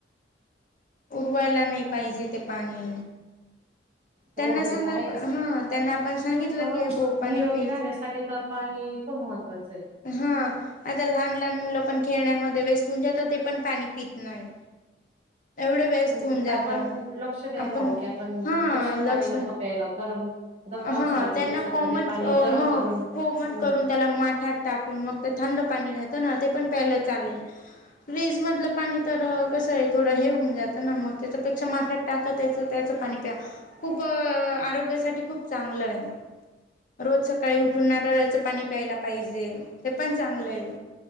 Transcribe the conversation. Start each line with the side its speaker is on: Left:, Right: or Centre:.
Left: उरवायला नाही पाहिजे ते पाणी. त्यांना
Right: हो
Left: सांगाल
Right: ते त हायेच
Left: हा त्यांना आपण सांगितलं
Right: हो
Left: की भो पाणी
Right: निरोगी
Left: प्यायच
Right: राहण्यासाठी तर पाणी खूप महत्त्वाचं आहे.
Left: हां आता लहान लहान मुलं पण खेळण्यामध्ये व्यस्त होऊन जाता ते पण पाणी पीत नाही. <inaudible> एवढे व्यस्त
Right: हो
Left: होऊन
Right: फक्त
Left: जातं
Right: आपण लक्ष द्यायला
Left: आपण
Right: हवं की
Left: हां
Right: दूषित
Left: लक्ष
Right: पाणी नको प्यायला गरम आता पावसाळ्याच्या
Left: हां त्यांना
Right: दिवसात
Left: कोमट
Right: तर ते पाणी
Left: हां
Right: गरम करून
Left: कोमट
Right: हो
Left: करून त्याला माठात टाकून मग ते थंड पाणी राहतं ना ते पण प्याला चालेल. फ्रीज मधलं पाणी तर अ कसं आहे थोडं हे होऊन जातं ना मगं त्याच्यापेक्षा माठात टाका त्याच त्याच पाणी प्या खूप अ आरोग्यासाठी खूप- चांगलं आहे रोज सकाळी उठून नारळाचं पाणी प्यायला पाहिजे. ते पण चांगलं आहे.